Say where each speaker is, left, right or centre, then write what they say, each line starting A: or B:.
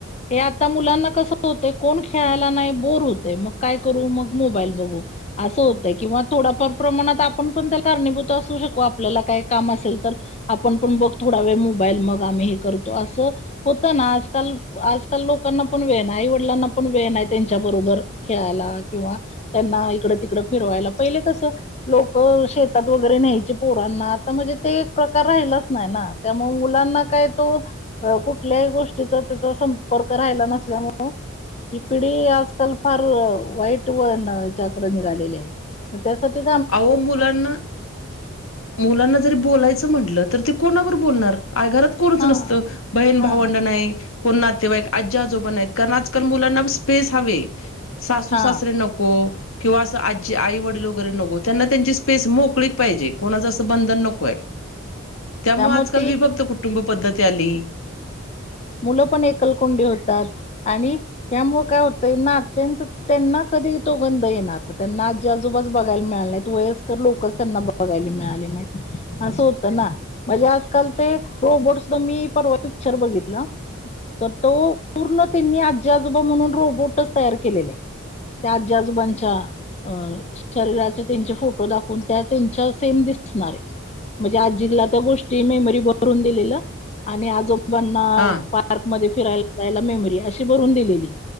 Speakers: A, on the left (about 30°); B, on the left (about 85°).
A: हे आता मुलांना कसं होतय कोण खेळायला नाही बोर होतय मग काय करू मग मोबाईल बघू. असं होतय किंवा थोडफार प्रमाणात आपण पण त्याला कारणीभूत असू शकू आपल्याला काय काम असेल तर. आपण पण बघ थोडा वेळ मोबाईल मग आम्ही हे करतो असं होत ना आजकाल आजकाल लोकांना पण वेळ नाही आई वडिलांना पण वेळ नाही त्यांच्या बरोबर खेळायला किंवा त्यांना इकडं तिकडं फिरवायला. पहिले कसं लोक शेतात वगैरे न्यायचे पोरांना आता म्हणजे ते प्र कार राहिलाच नाही ना त्यामुळे मुलांना काय तो अ कुठल्याही गोष्टीचा त्याचा संपर्क राहिला नसल्यामुळ ही पिढी आजकाल फार वाईट वळणच्या कड निघालेली हाय. मग त्यासाठी
B: अहो मुलांना मुलांना जरी बोलायचं म्हणलं तर ते कोणाबर बोलणार आय घरात कोणच
A: हा
B: नसतं बहीण भावंड
A: हा
B: नाही कोण नातेवाईक आज्जी आजोबा नाहीत कारण आजकाल मुलांना स्पेस हवे सासू
A: हा
B: सासरे न को किंवा असं आज्जी आई वडील वगैरे नगोत त्यांना त्यांची स्पेस मोकळीक पाहिजे कोणाचं असं बंधन नकोय. त्यामुळं
A: त्यामुळे
B: आजकाल
A: ती
B: विभक्त कुटुंब पद्धती आली.
A: मुलं पण एकलकोंडी होतात आणि ह्यामुळं काय होतंय नात्यांचं त्यांना कधी तो गंध येणार तर त्यांना आज्जी आजोबाच बघायला मिळाले नाहीत वयस्कर लोकंच त्यांना बघायला मिळाली नाय असं होतं ना म्हणजे आजकाल ते रोबोट्स मी परवा पिक्चर बघितलं तर तो पूर्ण त्यांनी आज्जी आजोबा म्हणून रोबोटच तयार केलेला आहे. त्या आज्जी आजोबांच्या अ शरीराचे त्यांचे फोटो दाखवून त्या त्यांच्या सेम दिसणारे म्हणजे आज्जीला त्या गोष्टी मेमरी भरून दिलेलं आणि आजोबांना
B: हा
A: पार्कमध्ये फिरायला जायला मेमरी अशी भरून दिलेली